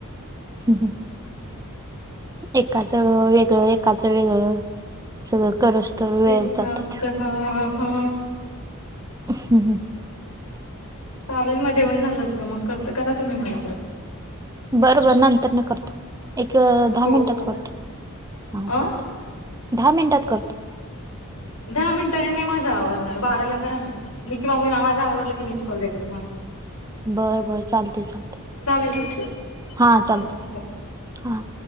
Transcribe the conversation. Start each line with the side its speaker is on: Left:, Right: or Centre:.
Right: हू हू. एकाच वेगळं, एकाचं वेगळं, सगळं करूस तर
Left: तेच
Right: वेळ जातो
Left: नुस्त, हू हू.
Right: <inaudible>
Left: चालेल म जेवण झालं मग करते. करा तुम्ही मला.
Right: बर बर नंतरन करतो. एक दहा
Left: हो
Right: मिनिटात
Left: चालेल
Right: करतो. हा
Left: अ
Right: चालतय. दहा मिनिटात करतो.
Left: दहा मिनटांनी नाही माझा आवरणार. बाराला करा णा. मी किंवा मी माझं आवरलं की, मिस कॉल देते तुम्हाला.
Right: बरं बर चालतय चालतय.
Left: चालेल ना?
Right: हा चालतय.
Left: चालते हो.
Right: हा.